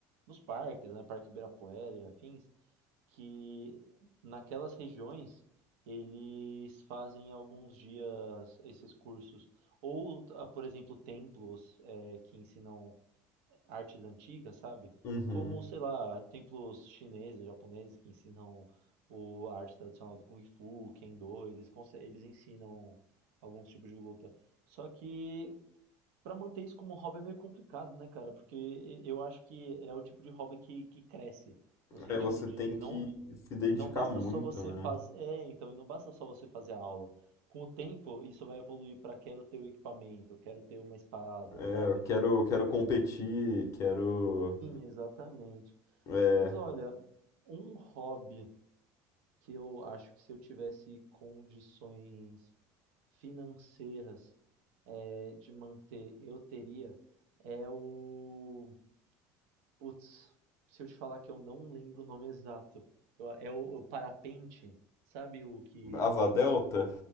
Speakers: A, on the right; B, on the left.
A: nos parques, né, Parque Ibirapuera e afins, que naquelas regiões eles fazem alguns dias esses cursos. Ou, ah, por exemplo, templos eh, que ensinam artes antigas, sabe?
B: Uhum.
A: Como, sei lá, templos chineses, japoneses que ensinam o, a arte tradicional do Kung Fu, Kendo, eles, conse- eles ensinam alguns tipos de luta. Só que Pra manter isso como hobby é meio complicado, né, cara? Porque eu acho que é o tipo de hobby que, que cresce, no sentido
B: É, você
A: de
B: tem que
A: não,
B: se dedicar
A: não basta
B: muito,
A: só você
B: né?
A: fazer. É, então, e não basta só você fazer a aula. Com o tempo, isso vai evoluir pra quero ter o equipamento, quero ter uma espada,
B: É,
A: sabe?
B: eu
A: Sim.
B: quero, quero competir, quero.
A: exatamente.
B: é,
A: Mas olha, um hobby que eu acho que se eu tivesse condições financeiras é, de manter, eu teria, é o Putz, se eu te falar que eu não lembro o nome exato, eu- é o, o parapente, sabe o que?
B: Asa delta?